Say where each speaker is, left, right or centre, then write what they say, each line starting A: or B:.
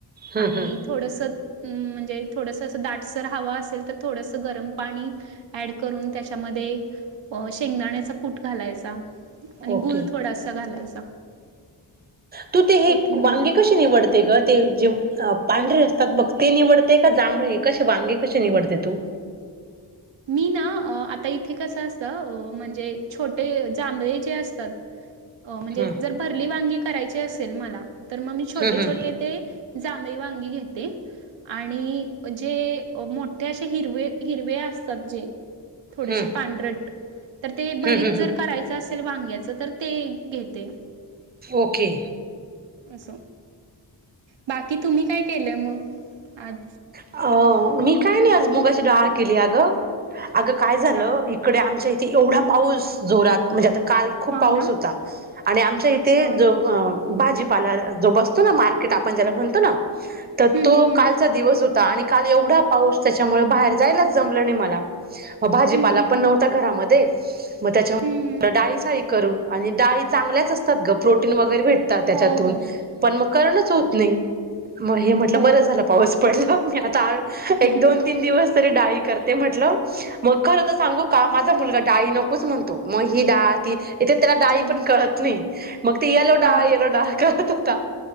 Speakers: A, on the right (about 80°); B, on the right (about 20°).
A: आणि
B: हम्म हम्म
A: थोडस. म्हणजे थोडंसं असं दाटसर हवं असेल तर थोडंसं गरम पाणी ऍड करून त्याच्यामध्ये शेंगदाण्याचा कूट घालायचा आणि
B: ओके
A: गुल थोडासा घालायचा.
B: तू ते
A: कोथिंबीर
B: वांगे कशी निवडते ग ते पांढरे असतात बघ ते निवडते का जांभळे कसे वांगे कसे निवडते तू
A: <inaudible> मी ना आता इथे कसं असत, म्हणजे छोटे जांभळे जे असतात. अ म्हणजे
B: हम्म
A: जर भरली वांगी करायची असेल मला तर मग मी छोटे
B: हं हं
A: छोटे ते जांमळी वांगी घेते आणि जे मोठे असे हिरवे हिर सब्जी थोडेसे
B: हं
A: पांढरट. तर ते भरीत
B: हं हं
A: जर
B: हं
A: करायचं असेल वांग्याच तर ते घेते.
B: ओके.
A: असं. बाकी तुम्ही काय केलंय मग आज.
B: अ मी काय नाही आज मुगाची डाळ केली अ गं अगं काय
A: अच्छा.
B: झालं इकडे आमच्या इथे एवढा पाऊस जोरात म्हणजे आता. काल खूप
A: हो
B: पाऊस
A: ना.
B: होता आणि आमच्या इथे
A: अच्छा.
B: ज भाजीपाला जो बसतो ना मार्केट आपण ज्याला म्हणतो ना तर
A: हं,
B: तो
A: हं, हं.
B: का होता आणि काल एवढा पाऊस त्याच्यामुळे बाहेर जायलाच जमलं नाही मला. मग भाजीपाला
A: हं, हं,
B: पण
A: हं.
B: नव्हता घरामध्ये मग त्याच्या
A: हं.
B: डाळी साळी करू आणि डाळी चांगल्याच असतात गं प्रोटन वगैरे भेटत भेटतात त्याच्यातून
A: हो हो
B: पण मग करणार होत
A: हो
B: नाही. मग हे म्हटलं
A: हो
B: बरं झालं पाऊस मी आता
A: अच्छा
B: एक दोन तीन दिवस डाळी करते म्हटलं मग खर तर सांगू का माझा मुलगा डाळी नकोच म्हणतो मग ही डाळ इथे त्याला डाळी पण
A: ना
B: कळत नाही. मग ती येलो डाळ,
A: हा
B: येलो डाळ, करत होता